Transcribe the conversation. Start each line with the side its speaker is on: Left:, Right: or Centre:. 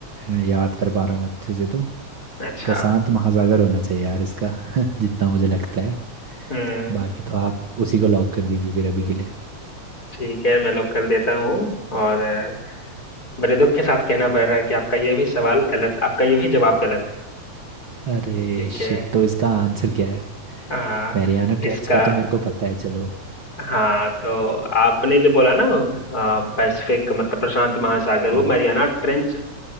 Right: मैं याद कर पा रहा हूँ अच्छे से तो
Left: अच्छा
Right: प्रशांत महासागर होना चाहिए यार इसका <laughs> जितना मुझे लगता है
Left: हम्म
Right: बाकी तो आप उसी को लॉक कर दीजिए फिर अभी के लिए
Left: ठीक है मैं लॉक कर देता हूँ और अ, बड़े दुख के साथ कहना पड़ रहा है कि आपका ये भी सवाल गलत आपका ये भी जवाब गलत है
Right: अरे
Left: ठीक
Right: शिट
Left: है
Right: तो इसका आंसर क्या है
Left: आ,
Right: मैरियाना ट्रेंच
Left: इसका
Right: का तो मेरे को पता है चलो
Left: हाँ तो आपने जो बोला ना आ, पैसिफिक मतलब प्रशांत महासागर
Right: हाँ
Left: वो मरियाना ट्रेंच